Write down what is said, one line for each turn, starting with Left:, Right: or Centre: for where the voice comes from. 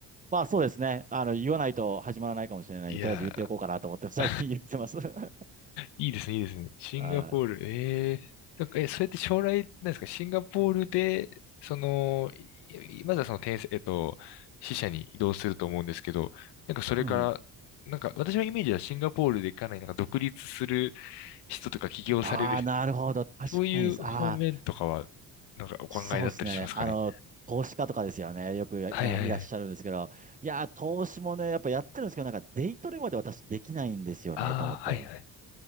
Right: まあそうですね。あの、言わないと始まらないかもしれないんで、
Left: いや
Right: とりあえず言っておこうかなと思って <laughs> 最近言ってます。
Left: <laughs>
Right: <laughs>
Left: いいですね、いいですね。シンガポール、
Right: はい。
Left: ええなんか、え、それって将来、なんですか、シンガポールで、その、いいまずはその転生、えっと、支社に移動すると思うんですけど、なんかそれから、
Right: はい
Left: なんか私のイメージはシンガポールでかなりなんか独立する人とか起業される人とか、
Right: ああ、なるほど。確かに。
Left: そういう方面とかは、
Right: ああ、
Left: なんかお考えだったりしますかね。
Right: そうですね。あの、投資家とかですよね。よくややいらっしゃるんですけど。
Left: はいはいはい。
Right: いやー、投資もね、やっぱやってるんですけど、なんかデイトレまで私できないんですよね、
Left: ああ、
Right: と思って。
Left: はいはい。